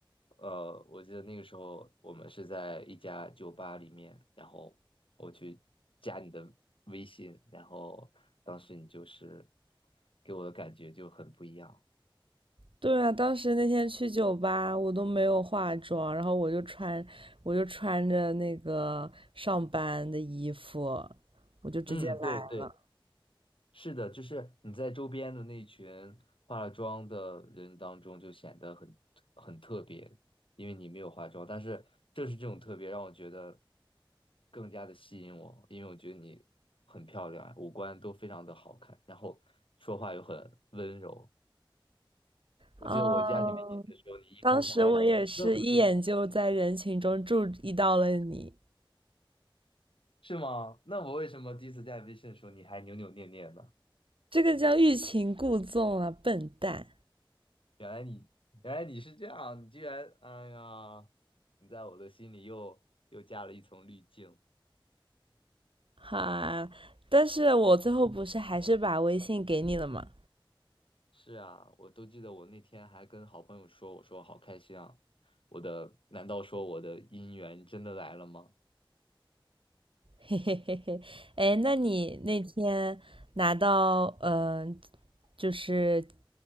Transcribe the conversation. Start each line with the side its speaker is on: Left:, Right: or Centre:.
Left: 呃，我记得那个时候我们是在一家酒吧里面，然后我去加你的微信，然后当时你就是给我的感觉就很不一样。
Right: 对啊，当时那天去酒吧，我都没有化妆，然后我就穿，我就穿着那个上班的衣服，我就直接来了。
Left: 嗯，对对。是的，就是你在周边的那群化了妆的人当中，就显得很很特别，因为你没有化妆。但是正是这种特别，让我觉得更加的吸引我，因为我觉得你很漂亮啊，五官都非常的好看，然后说话又很温柔。我记得我加你微信的时候，
Right: 嗯，
Left: 你一开始还
Right: 当时我也是一眼就在人群中注意到了你，
Left: <laughs> 愣了，是吗？那我为什么第一次加你微信的时候，你还扭扭捏捏的？
Right: 这个叫欲擒故纵啊，笨蛋！
Left: 原来你原来你是这样，你居然，哎呀，你在我的心里又又加了一层滤镜。
Right: 哈，但是我最后不是还是把微信给你了吗？
Left: 是啊，我都记得我那天还跟好朋友说，我说好开心啊，我的，难道说我的姻缘真的来了吗？
Right: 嘿嘿嘿嘿，哎，那你那天拿到嗯、呃就是